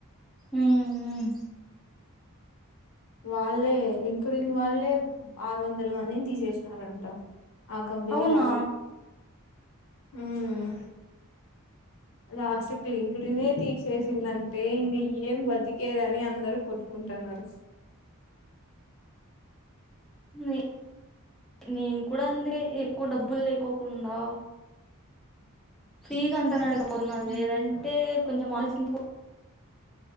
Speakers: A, in the centre; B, on the left.
A: ఉమ్
B: వాళ్ళే లింక్డ్ఇన్ వాళ్ళే ఆరు వందల మందిని తీసేసినారంట ఆ కంపెనీ
A: అవునా
B: వాళ్ళే అమ్ రాసిట్లి లింక్డ్ ఇన్ తీసేసిందంటే ఇంక ఏం బతికేదని అందరూ కొట్టుకు కుంటాన్నారు
A: నే నేను కూడా అందే ఎక్కువ డబ్బులు లేకోకుండా ఫ్రీగా అంతల అడుగు పోతున్నా
B: హ్మ్
A: లేదంటే కొంచెం ఆలోచించి పో